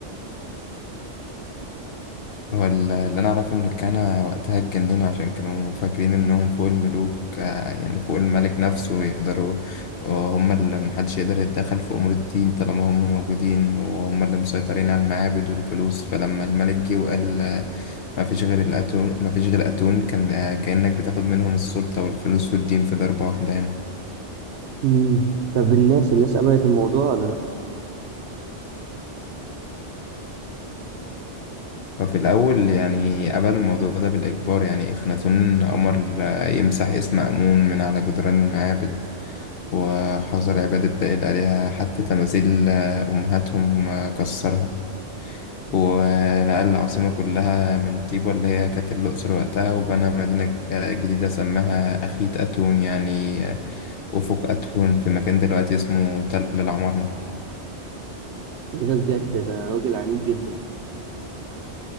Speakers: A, on the left; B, on the right.
A: هو ال- اللي انا اعرفه ان الكهنة وقتها اتجننوا عشان كانوا فاكرين انهم فوق الملوك آه، يعني فوق الملك نفسه ويقدروا وهم اللي محدش يقدر يتدخل في امور الدين طالما هم موجودين وهم اللي مسيطرين على المعابد والفلوس فلما الملك جه وقال آه، ما فيش غير الاتون ما فيش غير اتون كان آه، كأنك بتاخد منهم السلطة والفلوس والدين في ضربة واحدة يعني
B: مم. طب الناس الناس قبلت الموضوع ولا لأ؟
A: ففي الأول يعني قبل الموضوع ده بالإجبار يعني إخناتون أمر آه، يمسح اسم آمون من على جدران المعابد وحظر عبادة باقي الآلهة حتى تماثيل آه، أمهاتهم آه، كسرها ونقل العاصمة كلها من طيبة اللي هي كانت الأقصر وقتها وبنى مدينة ك- جديدة سماها أخيت أتون يعني آه، أفق أتون في مكان دلوقتي اسمه تل العمارنة
B: إيه ده بجد ده راجل عنيد جدا